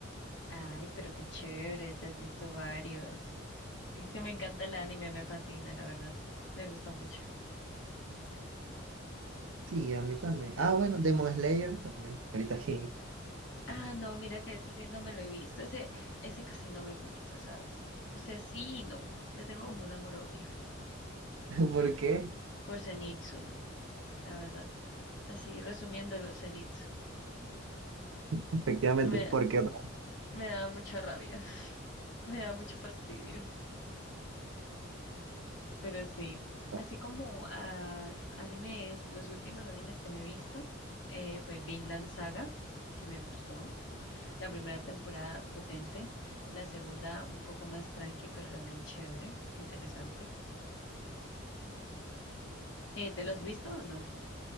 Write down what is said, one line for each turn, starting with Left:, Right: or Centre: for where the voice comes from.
Left: Ay, pero qué chévere, te has visto varios. Es que me encanta el anime, me fascina, la verdad. Me gustó mucho.
Right: Sí, a mí también. Ah, bueno, Demon Slayer también, ahorita aquí.
Left: Ah,
Right: <laughs>
Left: no, mira que ese sí no me lo he visto. Ese, ese casi no me gusta, ¿sabes? O sea, sí, y no. Le tengo como un amor-odio
Right: ¿Por qué?
Left: por Zenitsu, la verdad. Así, resumiéndolo, Zenitsu.
Right: Efectivamente,
Left: Me,
Right: porque otra
Left: me da mucha rabia. <laughs> Me da mucho fastidio. Pero sí,
Right: vez.
Left: así como ah, animes, los últimos animes que me he visto eh, fue Vinland Saga, que me gustó. La primera temporada potente, la segunda un poco más tranqui, pero también chévere, interesante. Eh, ¿te lo has visto o no?